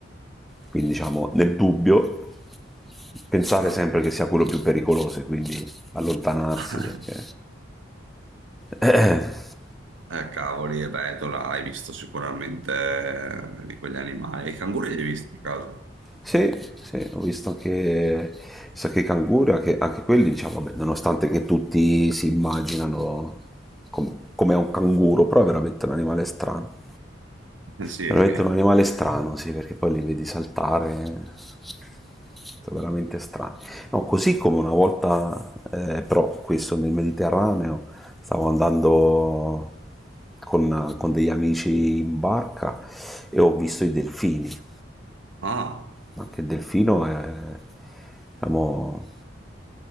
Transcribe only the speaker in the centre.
quindi diciamo nel dubbio pensare
sempre che sia quello più pericoloso e quindi allontanarsi
perché <clears throat>
Sì, sì, ho visto anche, so che i canguri, anche, anche quelli, diciamo, vabbè, nonostante che tutti si immaginano com- come un canguro, però è veramente un animale strano.
Veramente un animale strano, sì, perché poi li vedi saltare, sono veramente strani. No, così come una volta, eh, però questo nel Mediterraneo, stavo andando con, con degli amici in barca e ho visto i delfini.
Anche il delfino è, diciamo,